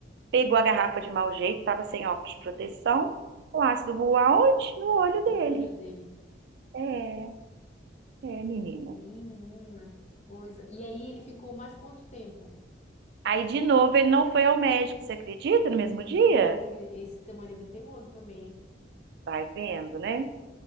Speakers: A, on the right (about 60°); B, on the left (about 40°).
A: Pegou a garrafa de mau jeito, estava sem óculos de proteção. O ácido voou aonde? No olho dele.
B: No olho dele.
A: É, é, menina.
B: Menina, que coisa. E aí ele ficou mais quanto tempo?
A: Aí, de novo, ele não foi ao médico, você acredita? No mesmo dia?
B: Menino, ele- esse teu marido é teimoso também, hein?
A: Vai vendo, né?